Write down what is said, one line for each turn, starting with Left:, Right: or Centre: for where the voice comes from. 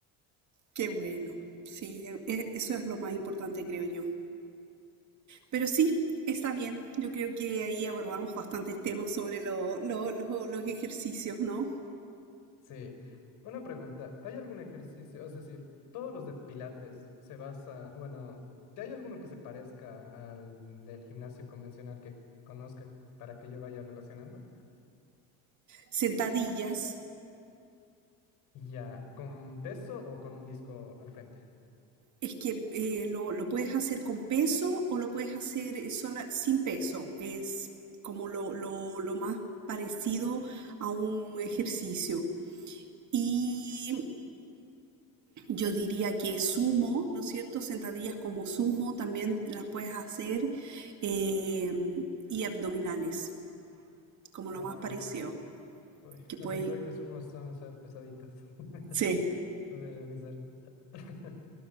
Right: Qué bueno. Sí, e- e- eso es lo más importante, creo yo. Pero sí, está bien. Yo creo que ahí abordamos bastantes temas sobre lo- lo- lo- los ejercicios, ¿no?
Left: Sí, una pregunta. ¿Hay algún ejercicio? Es decir, todos los de Pilates se basa, bueno, ¿que ¿hay alguno que se parezca al del gimnasio convencional que conozca para que yo vaya relacionando?
Right: Sentadillas.
Left: Y Ya, ¿con peso o con un disco al frente?
Right: Es que eh, lo, lo puedes hacer con peso o lo puedes hacer eh, sola- sin peso. Es como lo, lo lo más parecido a un ejercicio. Y Yo diría que sumo, ¿no es cierto? Sentadillas como sumo también las puedes hacer eh, y abdominales, como lo
Left: Ah,
Right: más parecido,
Left: uy,
Right: que
Left: las
Right: puedes
Left: sentadillas sumo saben ser pesaditas
Right: sí,
Left: <laughs> de realizar. <laughs>